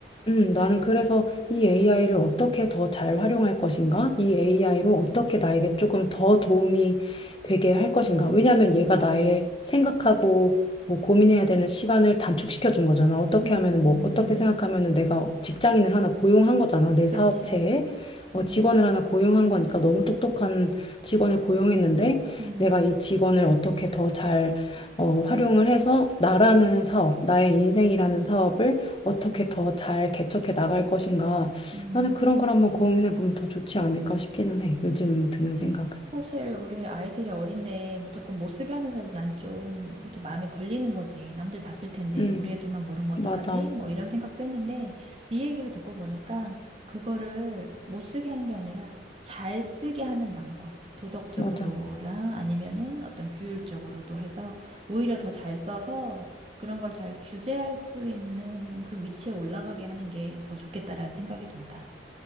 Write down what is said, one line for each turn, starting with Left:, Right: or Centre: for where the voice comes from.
Left: 음, 나는 그래서 이 AI를 어떻게 더 잘 활용할 것인가? 이 AI로 어떻게 나에게 조금 더 도움이 되게 할 것인가? 왜냐하면
Right: 음,
Left: 얘가 나의 생각하고 뭐 고민해야 되는 시간을 단축시켜 준 거잖아. 어떻게
Right: 음,
Left: 하면은 뭐
Right: 음,
Left: 어떻게
Right: 음.
Left: 생각하면은 내가 직장인을 하나 고용한 거잖아. 내
Right: 그치.
Left: 사업체에 어,
Right: 음,
Left: 직원을 하나 고용한 거니까 너무 똑똑한 직원을 고용했는데
Right: 음,
Left: 내가 이 직원을 어떻게 더잘 어, 활용을 해서 나라는 사업, 나의 인생이라는 사업을 어떻게 더 잘 개척해 나갈 것인가.
Right: 음.
Left: 나는 그런 걸 한번 고민해 보면 더 좋지 않을까 싶기는 해. 요즘 드는 생각은.
Right: 사실 우리 아이들이 어린데 무조건 못 쓰게 하면서도 난 좀 이렇게 마음에 걸리는 거지. 남들 다 쓸 텐데
Left: 음,
Right: 우리 애들만 모르면 어떡하지?
Left: 맞아,
Right: 뭐 이런 생각도 했는데 네 얘기를 듣고 보니까 그거를 못 쓰게 하는 게 아니라 잘 쓰게 하는 방법. 도덕적으로랑
Left: 맞아,
Right: 아니면은 어떤 규율적으로도 해서 오히려 더 잘 써서 그런 걸 잘 규제할 수 있는 그 위치에 올라가게 하는 게 더 좋겠다라는 생각이 든다.